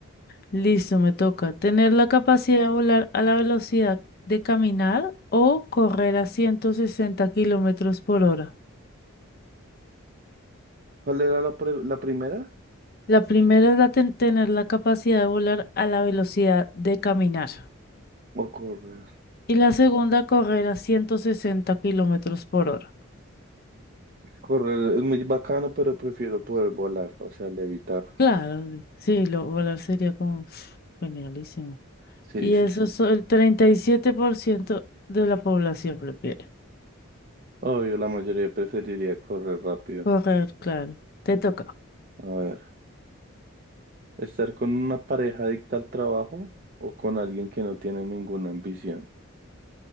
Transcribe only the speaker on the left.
Listo, me toca. Tener la capacidad de volar a la velocidad de caminar o correr a 160 kilómetros por hora.
La primera es la ten- tener la capacidad de volar a la velocidad de caminar.
Y la segunda, correr a 160 kilómetros por hora.
Claro, sí, lo, volar sería como uf, genialísimo.
Y
eso
es el 37% de la población prefiere.
Correr, claro. Te toca.